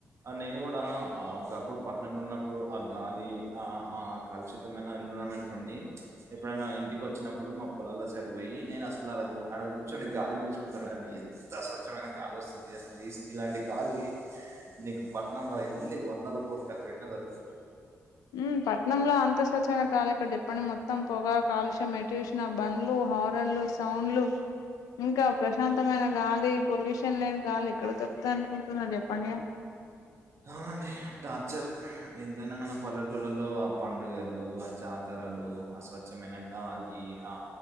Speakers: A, on the right (about 50°); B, on the left (about 80°).
A: నేను కూడా ఒకప్పుడు పట్టణంలో ఉన్నప్పుడు ఆ గాలి ఆ ఆ కలుషితమైన ఎన్వారాన్మెంట్ నుండి ఎప్పుడైనా ఇంటికి వచ్చినప్పుడు మా పొలాల సైడ్ పోయి నేను అసలు అడ అడ కూర్చొని గాలి పీల్చుకుంటానండి ఎంత స్వచ్ఛమైన గాలి వస్తాది అసలు ఇస్ ఇలాంటి గాలి నీకు పట్టణంలు ఎన్ని వందల కోట్లు ఖర్చు పెట్టిన దొరకదు
B: మ్మ్ పట్నంలో అంత స్వచ్ఛమైన గాలి ఎక్కడిది చెప్పండి మొత్తం పొగా కాలుష్యం ఎటు చూసినా బండ్లు హారన్లు సౌండ్లు ఇంకా ప్రశాంతమైన గాలి పొల్యూషన్ లేని గాలి ఎక్కడ దొరుకుతాది అనుకుంటున్నరు చెప్పండి ఇగ
A: అవునండి టార్చర్ ఎంతైనా మన పల్లెటూల్లలో ఆ పండుగలు ఆ జాత తరాలు అ స్వచ్ఛమైన గాలి ఆ